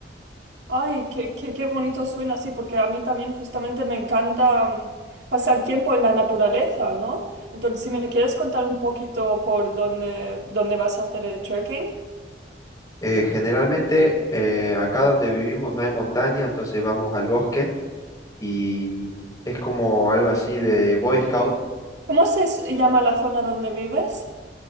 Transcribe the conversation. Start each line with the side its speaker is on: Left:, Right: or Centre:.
Right: Ay, qué, qué, qué bonito suena así, porque a mí también justamente me encanta mm, pasar tiempo en la naturaleza, ¿no? Entonces, si me quieres contar un poquito por dónde, dónde vas a hacer el trekking.
Left: Eh, generalmente eh, acá donde vivimos no hay montaña, entonces vamos al bosque y es como algo así de Boy Scout.
Right: ¿Cómo se s- llama la zona donde vives?